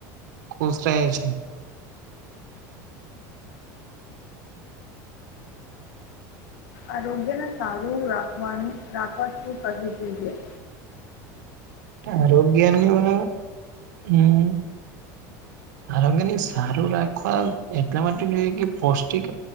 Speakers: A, on the right; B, on the left.
A: ખુશ રહે છે.
B: આરોગ્ય ને સારું રાખ <unintelligible> રાખવા શું કરવવી જોઈએ?
A: આરોગ્યનું હમ્મ આરોગ્યની સારું રાખવા એટલા માટે જોઈએ કે પૌષ્ટિક